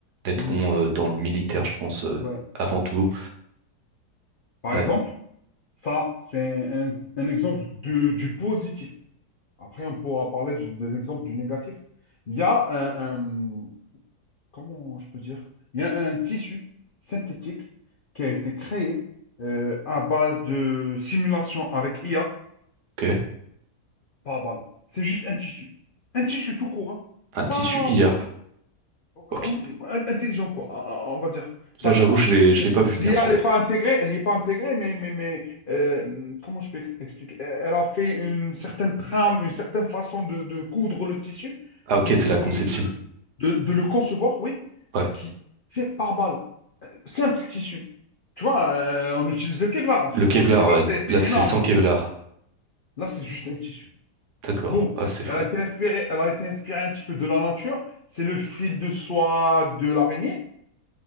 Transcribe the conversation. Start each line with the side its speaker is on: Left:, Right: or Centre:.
Right: naîtront
Left: Mhm.
Right: euh, dans le militaire, je pense, euh,
Left: Ouais.
Right: avant tout.
Left: Par
Right: Ouais,
Left: exemple, ça, c'est un, un exemple de- du positif. Après, on pourra parler du- de l'exemple du négatif. Il y a un, un- comment je peux dire? Il y a un tissu synthétique qui a été créé euh, à base de simulation avec IA
Right: ok.
Left: par balle. C'est juste un tissu. Un tissu tout court, hein.
Right: Un tissu
Left: Pas
Right: IA.
Left: euh,
Right: Ok.
Left: intelligent, quoi, on va dire.
Right: Là,
Left: Enfin,
Right: j'avoue,
Left: enfin,
Right: je l'ai, je l'ai pas vu venir,
Left: L'IA,
Right: celui-là.
Left: elle n'est pas intégrée, elle y est pas intégrée, mais, mais, mais euh, comment je peux expliquer? Elle a fait une certaine trame, une certaine façon de, de coudre le tissu
Right: Ah, ok,
Left: ou
Right: c'est
Left: de,
Right: la
Left: de,
Right: conception.
Left: de, le de- de le concevoir, oui,
Right: Ouais.
Left: qui c'est par balle. Simple tissu. Tu vois, euh, on utilise le Kevlar en ce
Right: Le
Left: moment.
Right: Kevlar,
Left: Le Kevlar,
Right: euh,
Left: c'est c'est
Right: là, c'est
Left: énorme.
Right: sans Kevlar.
Left: Là, c'est juste un tissu.
Right: D'accord.
Left: Bon,
Right: Ah, c'est fou.
Left: elle a été inspirée, elle a été inspirée un petit peu de la nature. C'est le fil de soie de l'araignée.